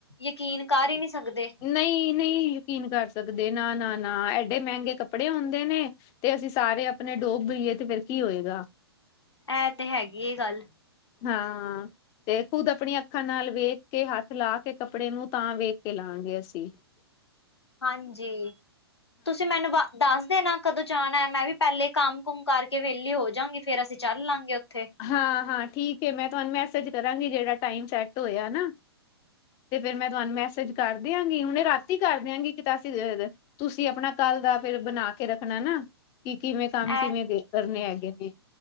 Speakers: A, on the left; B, on the left.
A: ਯਕੀਨ ਕਰ ਈ ਨੀ ਸਕਦੇ।
B: ਨਈ -ਨਈ ਯਕੀਨ ਕਰ ਸਕਦੇ ਨਾ -ਨਾ -ਨਾ ਐਡੇ ਮਹਿੰਗੇ ਕੱਪੜੇ ਹੁੰਦੇ ਨੇ। ਤੇ ਅਸੀਂ ਸਾਰੇ ਆਪਣੇ ਡੋਬ ਦਈਏ ਤੇ ਫਿਰ ਕੀ ਹੋਏਗਾ।
A: ਇਹ ਤੇ ਹੈਗੀ ਇਹ ਗੱਲ
B: ਹਾਂ ਤੇ ਖੁਦ ਆਪਣੀਆਂ ਅੱਖਾਂ ਨਾਲ ਵੇਖ ਕੇ, ਹੱਥ ਲਾ ਕੇ ਕੱਪੜੇ ਨੂੰ ਤਾਂ ਵੇਖ ਕੇ ਲਾਂਗੇ ਅਸੀਂ ਹ <inaudible>
A: ਹਾਂਜੀ, ਤੁਸੀਂ ਮੈਨੂੰ ਦੱਸ ਦੇਣਾ ਕਦੋਂ ਜਾਣੈ, ਮੈਂ ਵੀ ਪਹਿਲੇ ਕੰਮ -ਕੁਮ ਕਰਕੇ ਵਿਹਲੀ ਹੋ ਜਾਂਗੀ, ਫੇਰ ਅਸੀਂ ਚੱਲ ਲਾਂਗੇ ਉੱਥੇ
B: ਹਾਂ- ਹਾਂ ਠੀਕ ਏ ਮੈਂ ਤੁਹਾਨੂੰ ਮੈਸੇਜ ਕਰਾਂਗੀ ਜਿਹੜਾ ਟਾਈਮ ਸੈੱਟ ਹੋਇਆ ਨਾ ਤੇ ਫਿਰ ਮੈਂ ਤੁਹਾਨੂੰ ਮੈਸੇਜ ਕਰ ਦਿਆਂਗੀ ਹੁਣੇ ਰਾਤੀ ਕਰ ਦਿਆਂਗੀ ਕਿ ਤਾਂ ਅਸੀ ਤੁਸੀਂ ਆਪਣਾ ਕੱਲ ਦਾ ਫਿਰ ਬਣਾ ਕੇ ਰੱਖਣਾ ਨਾ ਕਿ ਕਿਵੇਂ ਕੰਮ ਕਿਵੇਂ
A: ਐ
B: ਦੇ ਕਰਨੇ ਹੈਗੇ ਨੇ।